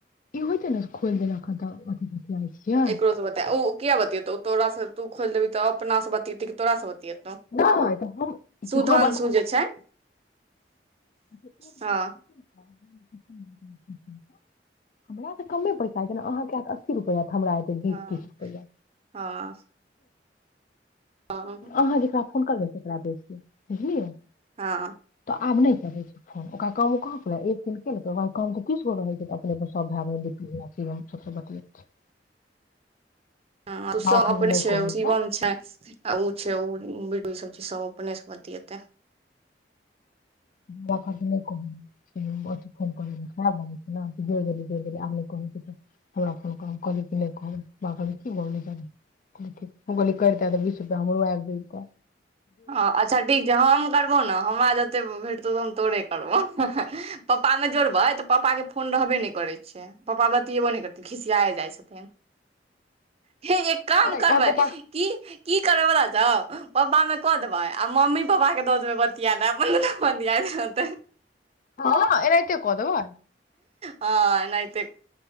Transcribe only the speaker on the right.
एकरो स बता उ किया बतेतो तोरा सँ तू खोलि देबहीऽ त अपना सँ बतीयेतै कि तोारा सँ बतियेतोऊ
सुधांशु
जे छै
हँ
हँ
हँ हँ
हँ
हं तू सब
अपने
छें
शिवम
छें आ उ छे उ बिलकुल सब छै सब अपने सं बतियेतै
हँ अच्छा ठीक छै हम करबौ ने हमरा जते भेट तोे हम तोरे करबो पप्पा में जोड़बै तऽ पप्पा के फोन रहबे नहि करै छै पप्पा बड दियबो नई करथीन खिसियाए जाइ छथिन हे एक काम
करबै
की की करबै पता छौ पप्पा में क देबय आ मम्मी पपा के दऽ देबै बतिया ले अपन दुनू बतियाईत रहतेई
हं एनहिते